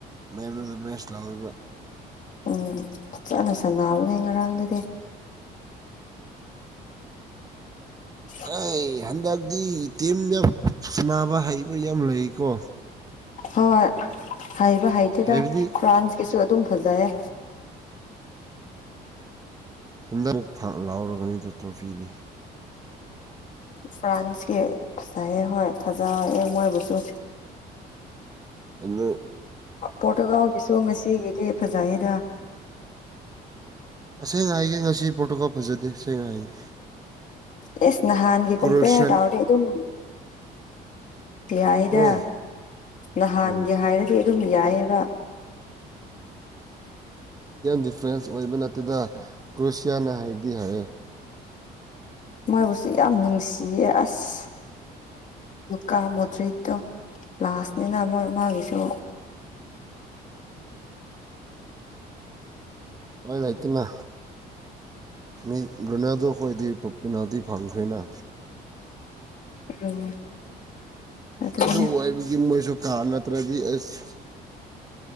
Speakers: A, on the right; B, on the left.
A: ꯃꯌꯥꯝꯗ ꯕꯦꯁ ꯂꯧꯥꯎꯔꯤꯕ
B: ꯎꯝ ꯐꯖꯅ ꯁꯟꯅꯕꯅꯦ ꯉꯔꯥꯡꯗꯨꯗꯤ <inaudible>
A: ꯑꯩ ꯍꯟꯗꯛꯇꯤ ꯏꯇꯦꯝꯅ ꯁꯅꯕ ꯍꯩꯕ ꯌꯥꯝ ꯂꯩꯀꯣ
B: ꯍꯣꯏꯣꯏ ꯍꯥꯏꯕ ꯍꯩꯇꯦꯗ
A: ꯍꯥꯏꯕꯗꯤ
B: ꯐ꯭ꯔꯥꯟꯁꯀꯤꯁꯨ ꯑꯗꯨꯝ ꯐꯖꯩꯌꯦ
A: ꯍꯟꯗꯛꯃꯛ ꯂꯥꯎꯔꯔꯕꯅꯤꯗ ꯇ꯭ꯔꯣꯐꯤꯗꯤ
B: ꯐ꯭ꯔꯥꯥꯟꯁꯀꯤ ꯊꯖꯍꯦ ꯍ ꯊꯖꯥꯏ ꯃꯣꯏ ꯨꯁꯨ
A: ꯍꯜꯂꫭ
B: ꯄꯣꯔꯇꯨꯒꯥꯜꯒꯤꯁꯨ ꯉꯁꯤꯒꯤꯗꯤ ꯐꯖꯩꯗ
A: ꯑꯁꯦꯡꯅ ꯍꯥꯏꯒꯦ ꯉꯁꯤ ꯄ꯭ꯔꯣꯇꯣꯀꯣꯜ ꯐꯖꯗꯦ ꯁꯁꯦꯡꯅ ꯍꯥꯏꯒꯦ
B: ꯑꯦꯁ ꯅꯍꯥꯟꯒꯤꯒꯨꯝꯄꯦ
A: ꯀ꯭ꯔꯣꯁꯤꯌꯥꯟ
B: ꯇꯥꯎꯔ ꯑꯗꯨꯝ ꯌꯥꯏꯗ
A: ꯎꯝ
B: ꯅꯍꯥꯟꯒ
A: ꯎꯝ
B: ꯍꯥꯏꯔꯗꯤ ꯑꯗꯨꯝ ꯌꯥꯏꯑꯕ
A: ꯗꯤꯐ꯭ꯔꯦꯟꯁ ꯑꯣꯏꯕ ꯅꯠꯇꯗ ꯀ꯭ꯔꯨꯁꯤꯌꯥꯅ ꯍꯥꯏꯕꯗꯤ ꯍꯥꯏꯔꯦ
B: ꯃꯣꯏꯕꯨꯁꯨ ꯌꯥꯝ ꯅꯨꯡꯁꯤꯌꯦ ꯑꯁ ꯀꯥ ꯃꯇ꯭ꯔꯤ ꯂꯥꯁꯅꯤꯅ ꯃꯣꯏ ꯃꯥꯕꯤꯁꯨ
A: ꯍꯣꯏ ꯂꯩꯥꯛꯇꯅ ꯃꯤ ꯂꯣꯅꯥꯗꯣ ꯑꯩꯈꯣꯏꯗꯤ ꯄꯄꯤꯅꯥꯗꯤ ꯐꯪꯈ꯭ꯔꯦꯅ
B: ꯎꯝ ꯑꯗꯨꯅꯦ
A: ꯑꯗꯨ ꯑꯣꯏꯕꯒꯤ ꯃꯣꯏꯁꯨ ꯀꯥ ꯅꯠꯇ꯭ꯔꯗꯤ ꯑꯁ